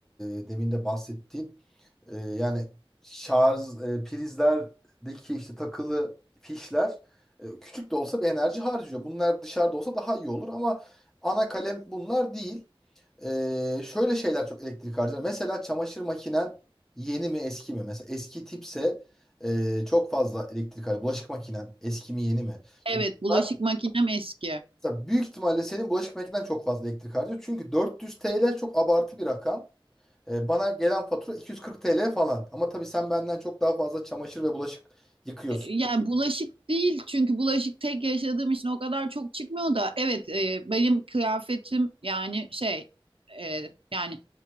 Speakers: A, in the centre; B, on the right.
A: e, demin de bahsettiğin E, yani şarj e, prizlerdeki işte takılı fişler e, küçük de olsa bir enerji harcıyor. Bunlar dışarıda olsa daha iyi olur ama ana kalem bunlar değil. E, şöyle şeyler çok elektrik harcar. Mesela çamaşır makinen yeni mi eski mi? Mesela eski tipse e, çok fazla elektrik harcar. Bulaşık makinen eski mi yeni mi?
B: Evet,
A: Şimdi
B: bulaşık
A: bunlar
B: makinem eski.
A: mesela büyük ihtimalle senin bulaşık makinen çok fazla elektrik harcıyor. Çünkü 400 TL çok abartı bir rakam. E, bana gelen fatura 240 TL falan. Ama tabii sen benden çok daha fazla çamaşır ve bulaşık yıkıyorsun.
B: E, Yani bulaşık değil çünkü bulaşık tek yaşadığım için o kadar çok çıkmıyor da evet e, benim kıyafetim yani şey e, yani